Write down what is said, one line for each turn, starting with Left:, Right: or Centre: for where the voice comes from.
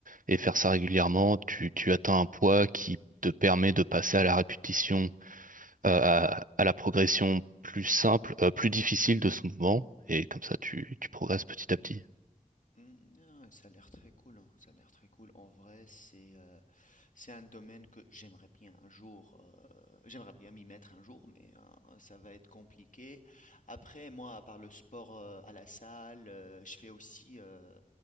Right: et faire ça régulièrement, tu tu atteins un poids qui te permet de passer à la répétition euh, à, à la progression plus simple, euh, plus difficile de ce mouvement, et comme ça tu, tu progresses petit à petit.
Left: Hmm, ah, ça a l'air très cool, hein, Ça a l'air très cool. En vrai, c'est euh, C'est un domaine que j'aimerais bien un jour, heu, j'aimerais bien m'y mettre un jour, mais heu, ça va être compliqué. Après moi, à part le sport, heu, à la salle, heu, je fais aussi, heu,